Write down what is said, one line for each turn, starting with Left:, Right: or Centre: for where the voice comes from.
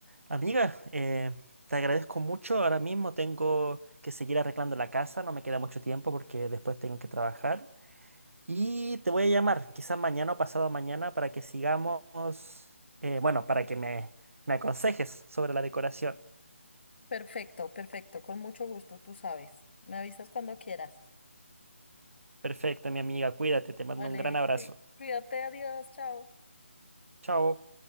Right: Amiga, eh, te agradezco mucho. Ahora mismo tengo que seguir arreglando la casa, no me queda mucho tiempo porque después tengo que trabajar. Y te voy a llamar, quizás mañana o pasado mañana, para que sigamos, eh, bueno, para que me, me aconsejes sobre la decoración.
Left: Perfecto, perfecto, con mucho gusto, tú sabes. Me avisas cuando quieras.
Right: Perfecto, mi amiga, cuídate, te mando
Left: Vale,
Right: un gran abrazo.
Left: cuí- cuídate, adiós, chao.
Right: Chao.